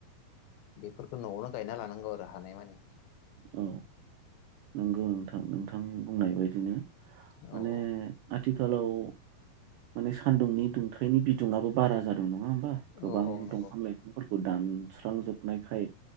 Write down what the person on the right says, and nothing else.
औ नंगौ नोंथां नोंथां बुंनाय बाय बिदिनो
माने
आथि खालाव माने सान्दुंनि दुंथाइनि बिदुङआबो बारा जादों नङा होन ना गोबां
दफां लाइफांफोरखौ दानस्रांजोब नायखाय